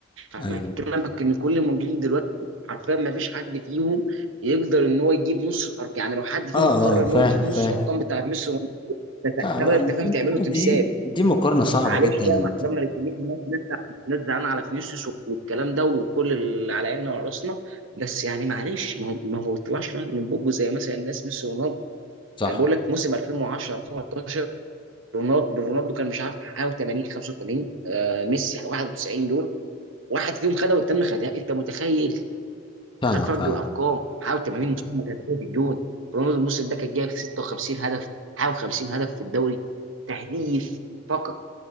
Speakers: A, on the right; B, on the left.
A: انا
B: ايوه
A: بكلمك ان كل الموجودين دلوقتي حرفيا ما فيش حد فيهم يقدر ان هو يجيب نص الارقام يعني لو حد فيهم
B: اه
A: قرر
B: اه
A: ان
B: فاهم
A: هو يجيب
B: فاهم
A: نص الارقام بتاعت ميسي ورونالدو ده ساعتها
B: لا لا
A: بقى انت
B: الم-
A: فاهم
B: انت
A: تعمله تمثال
B: دي دي مقارنه صعبه
A: معلش
B: جدا
A: بقى مع احترامنا للجميع الناس الناس الناس زعلانه على فينيسيوس والكلام ده وكل اللي على عيننا وعلى راسنا بس يعني معلش ما هو ما هو طلعش من بوجه زي مثلا الناس ميسي ورونالدو
B: صح
A: كان بقول لك موسم 2010 2013 رونالدو رونالدو كان مش عارف حاجه 80 85 آه ميسي 91 دول واحد فيهم خدها والتاني خدها انت متخيل
B: فاهمك
A: تخيل فرق
B: فاهم
A: الارقام حاول 80 مساهمه تهديفيه في الجون رونالدو الموسم ده كان جايب 56 هدف حاول 50 هدف في الدوري تهديف فقط